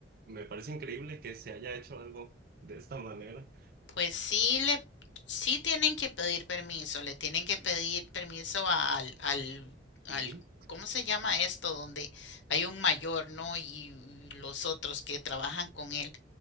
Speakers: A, on the right; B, on the left.
A: Me parece increíble que se haya hecho algo de esta manera.
B: pues sí le, sí tienen que pedir permiso, le tienen que pedir permiso a- al, al, al,
A: Ujú.
B: ¿cómo se llama esto? Donde hay un mayor, ¿no? Y, y los otros que trabajan con él.